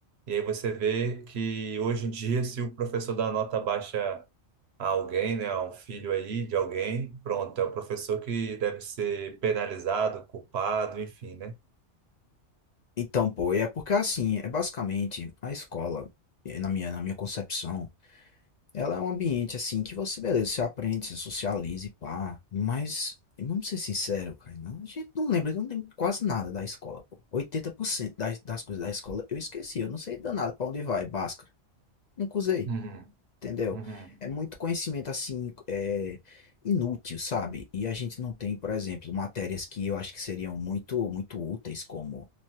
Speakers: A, on the right; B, on the left.
A: E aí você vê que hoje em dia, se o professor dá uma nota baixa a alguém, né, a um filho aí de alguém, pronto, é o professor que deve ser penalizado, culpado, enfim, né?
B: Então, pô, é porque assim, é basicamente a escola, eh, na minha, na minha concepção, ela é um ambiente assim que você, beleza, você aprende, se socializa e pá. Mas, vamos ser sinceros, cara, não, a gente não lembra, não lembra quase nada da escola, pô. oitenta por cento das, das coisas da escola eu esqueci, eu não sei danado pra onde vai, báscara. Nunca usei.
A: Uhum,
B: Entendeu?
A: uhum.
B: É muito conhecimento assim, é, inútil, sabe? E a gente não tem, por exemplo, matérias que eu acho que seriam muito, muito úteis, como